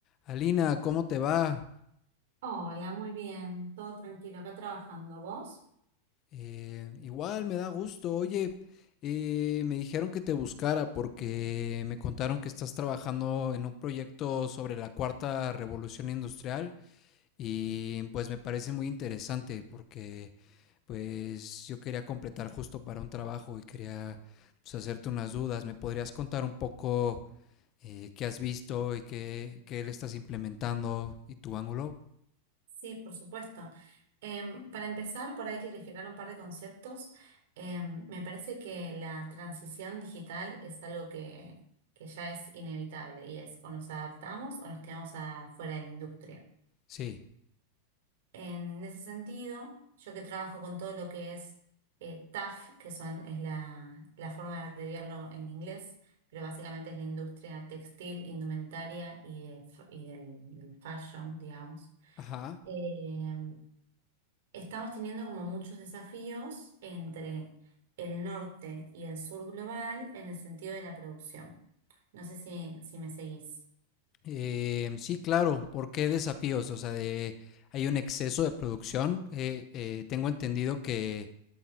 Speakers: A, on the left; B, on the right.
A: Alina, ¿cómo te va?
B: Hola, muy bien, todo tranquilo, acá trabajando. ¿Vos?
A: Eh, igual me da gusto. Oye, eh, me dijeron que te buscara porque me contaron que estás trabajando en un proyecto sobre la cuarta revolución industrial y pues me parece muy interesante porque pues yo quería completar justo para un trabajo y quería pues, hacerte unas dudas. ¿Me podrías contar un poco eh, qué has visto y qué, qué le estás implementando y tu ángulo?
B: Sí, por supuesto. Em, para empezar, por ahí clarificar un par de conceptos. Em, me parece que la transición digital es algo que, que ya es inevitable y es o nos adaptamos o nos quedamos afuera de la industria.
A: Sí,
B: En ese sentido, yo que trabajo con todo lo que es eh, TAF, que son, es la, la forma de abreviarlo en inglés, pero básicamente es la industria textil, indumentaria y, de fa- y del, del fashion, digamos.
A: Ajá.
B: Eh, estamos teniendo como muchos desafíos entre el norte y el sur global en el sentido de la producción. No sé si, si me seguís.
A: Em, sí, claro. ¿Por qué desafíos? O sea, de, hay un exceso de producción. Eh, eh, tengo entendido que